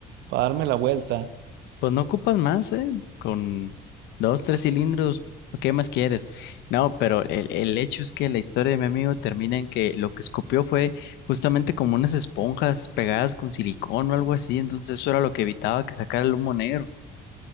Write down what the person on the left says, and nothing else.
Pues no ocupas más, ¿eh? Con dos, tres cilindros, ¿qué más quieres? No, pero el, el hecho es que la historia de mi amigo termina en que lo que escupió fue justamente como unas esponjas pegadas con silicón o algo así, entonces eso era lo que evitaba que sacara el humo negro.